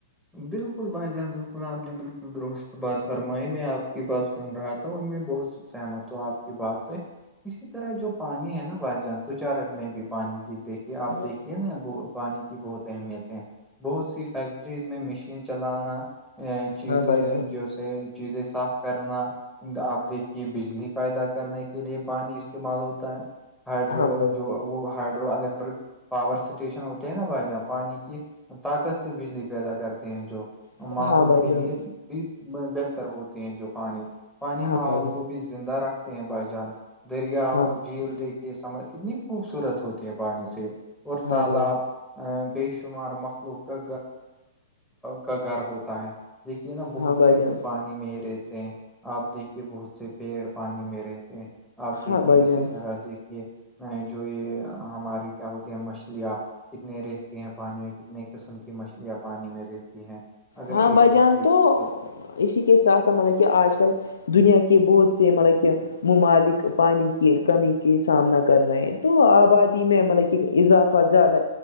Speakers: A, in the centre; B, on the left (about 85°).
A: بالکل بھائی جان بالکل آپ نے بالکل درست بات فرمائی میں آپ کی بات سن رہا تھا اور میں بہت سمت ہ آپ کی بات سے اسی طرح جو پانی ہے نا بھائی جان توچارٹ میں بھی پانی کی دیکھیے آپ
B: میں نے
A: دیکھیے نا پانی کی بہت اہمیت ہے بہت سی فیکٹریز میں مشین چلانا چیزیں
B: ہاں بھائی جان
A: جو سے چیزیں صاف کرنا آپ دیکھیے بجلی پیدا کرنے کے لیے پانی استعمال ہوتا ہے ہائڈرو
B: ہاں
A: جو وہ ہائڈرو الیکٹرک پاور اسٹیشن ہوتے ہیں نا بھائی جہاں پانی کی طاقت سے بجلی پیدا کرتے ہیں جو
B: بھائی
A: ماحول کے
B: جان
A: لیے بھی بہتر ہوتے ہیں جو پانی پانی
B: ہاں
A: ماحول
B: بھائی جان
A: کو بھی زندہ رکھتے ہیں بائی جان دریاؤ
B: ہاں بھائی
A: جھیل
B: جان
A: دیکھیے سم کتنی خوبصورت ہوتی ہے پانی سے اور
B: ہاں
A: تالاب
B: بھائی جان
A: بے شمار مخلوق کا کا گھر ہوتا ہے دیکھیے نا بہت
B: ہاں بھائی
A: سے
B: جان ہاں بھائی جان
A: پانی میں ہی رہتے ہیں آپ دیکھیے بہت سے پیڑ پانی میں رہتے آپ دیکھیے
B: ہاں بھائی
A: اسی
B: جان
A: طرح دیکھیے ا جو یہ ہماری کیا ہوتی ہیں مچھلیاں کتنے رہتی ہیں پانی میں کتنے قسم کی مچھلیاں پانی میں رہتی ہیں اگر
B: ہاں
A: ایک
B: بھائی جان
A: مچھلی
B: تو
A: بالکل
B: اسی کے ساتھ ساتھ مطلب کہ آج کل دنیا کے بہت سے مطلب کہ ممالک پانی کی کمی کے سامنا کر رہے ہیں تو آبادی میں مطلب کہ اضافہ زیادہ